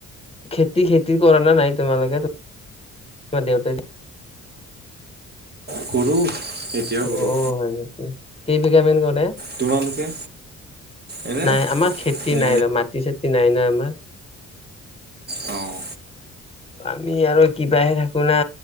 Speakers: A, on the left; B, on the right.
A: খেতি-খেতি কৰা নে নাই তোমালোকে <inaudible> তোমাৰ দেউতাই যে
B: কৰোঁ। এতিয়াও
A: অ'
B: কৰোঁ।
A: হয় নেকি? কেই বিঘা মান কৰ তে
B: তোমালোকে এনে
A: নাই আমাৰ খেতি
B: এ
A: নাই ৰ মাটি-চাতি নাই ন' একো - <unintelligible>
B: অ',
A: আমি আৰু কিবাহে থাকোঁ না